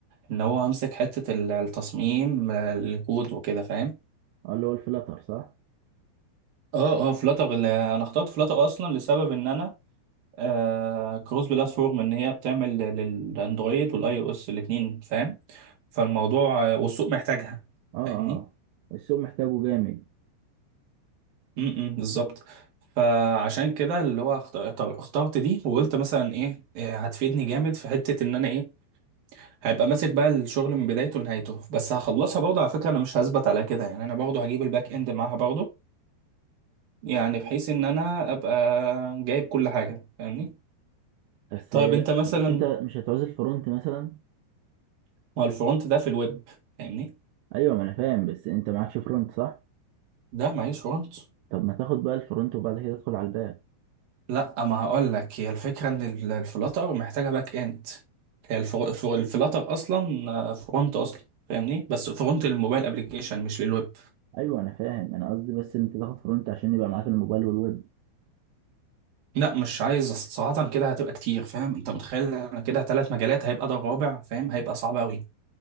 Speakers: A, on the right (about 55°); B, on the right (about 80°).
A: ان هو امسك حتة ال- التصميم آه، الكود وكده فاهم
B: اه اللي هو الفلاتر صح؟
A: اه اه فلاتر انا اخترت فلاتر اصلا لسبب ان انا آه كروس بلاتفورم ان هي بتعمل للاندرويد والاي او اس الاثنين فاهم فالموضوع آه، والسوق محتاجها
B: اه
A: فاهمني
B: اه السوق محتاجه جامد
A: امم بالظبط فعشان كده اللي هو اختار- اختار- اخترت دي وقلت مثلا ايه إيه هتفيدني جامد في حته ان انا ايه هيبقى ماسك بقى الشغل من بدايته لنهايته بس هخلصها برضه على فكره انا مش هثبت على كده يعني انا برضه هجيب الباك اند معاها برضه يعني بحيث ان انا ابقى جايب كل حاجه فاهمني
B: بس
A: طيب
B: لا،
A: انت مثلا
B: مش انت مش هتعوز الفرونت مثلا؟
A: ما هو الفرونت ده في الويب فاهمني
B: ايوه ما انا فاهم بس انت معكش فرونت صح؟
A: ده معيش فرونت
B: طب ما تاخد بقى الفرونت وبعد كده تدخل على الباك
A: لا ما هقول لك هي الفكره ان ال- الفلاتر محتاجه باك اند هي الفر- الفر- الفلاتر اصلا آه، فرونت اصلا فاهمني بس فرونت للموبايل ابلكيشن مش للويب
B: ايوه انا فاهم انا قصدي بس انت تاخد فرونت عشان يبقى معاك الموبايل والويب
A: لا مش عايز صراحه كده هتبقى كتير فاهم انت متخيل انا كده ثلاث مجالات هيبقى ده الرابع فاهم هيبقى صعب قوي